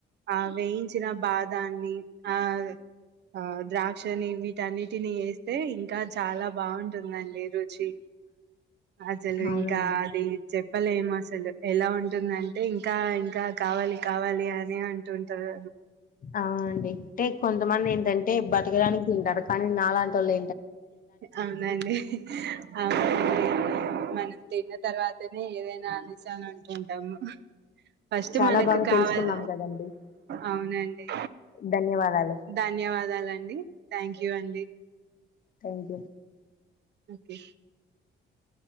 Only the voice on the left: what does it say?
అవునండి
అవునండి అంటే కొంతమంది ఏంటంటే బతకడానికి తిండు కానీ నాలాంట వాళ్
చాలా
బాగా
తెలుసుకున్నాం కదండి
ధన్యవాదాలు
థ్యాంక్ యూ